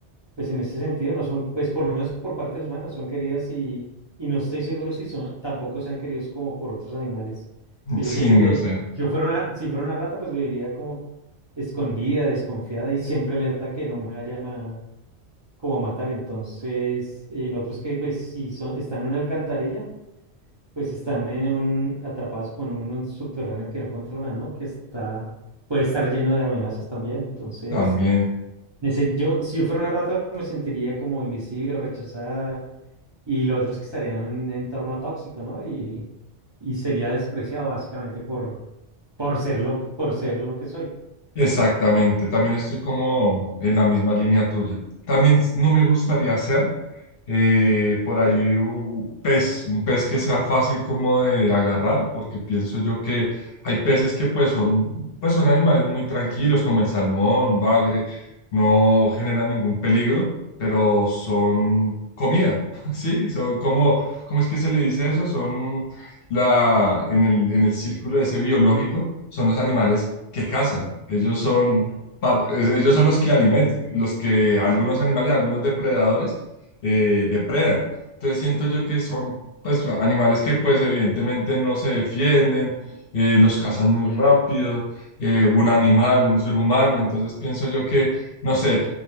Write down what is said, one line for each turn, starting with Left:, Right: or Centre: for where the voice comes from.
Right: pues en ese sentido no son, pues por lo menos por parte de los humanos son queridas y, y no estoy seguro si son, tampoco sean queridos como por otros animales. Pues
Left: Sí,
Right: yo creo que
Left: no
Right: de-
Left: sé,
Right: yo fuera una, si fuera una rata, pues viviría como escondida, desconfiada y siempre alerta que no me vayan a como a matar. Entonces, el otro es que pues si son, están en una alcantarilla, pues están en un, atrapados como en un un subterráneo que no controlan, ¿no? Que está, puede estar lleno de amenazas también. Entonces
Left: también,
Right: me sen- yo, si yo fuera una rata, me sentiría como invisible o rechazada. Y lo otro es que estaría en un entorno tóxico, ¿no? Y, y sería despreciado básicamente por, por ser lo, que- por ser lo que soy.
Left: exactamente, también estoy como en la misma línea tuya. También no me gustaría hacer. Eh, por ahí un pez, un pez que sea fácil como de agarrar, porque pienso yo que hay peces que pues son, pues son animales muy tranquilos, como el salmón, un bagre, no generan ningún peligro, pero son comida, <laughs> ¿sí? Son como, ¿cómo es que se le dice eso? Son la, en el, en el círculo ese biológico, son los animales que cazan. Ellos son, par- ellos son los que alimentan, los que algunos animales, algunos depredadores, eh, depredan. Entonces siento yo que son pues animales que pues evidentemente no se defienden, eh, los cazan muy rápido, eh, un animal, un ser humano, entonces pienso yo que, no sé,